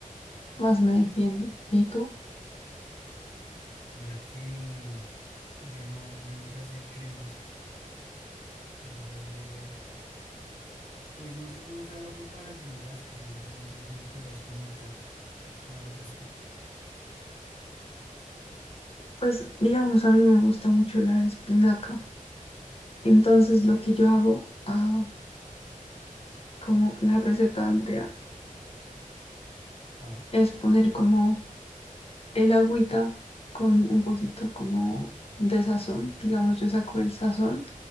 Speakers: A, on the left; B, on the right.
A: más me defiende. ¿Y tú?
B: Mira que yo no, yo no sé hacer cremas, no sé hacer, pues no sé cómo sea la preparación de las cremas, no sé si me podrías comentar más al respecto.
A: Pues, digamos, a mí me gusta mucho la espinaca. Entonces, lo que yo hago, ah, como la receta de Andrea,
B: A ver,
A: es poner como el agüita con un poquito como de sazón. Digamos, yo saco el sazón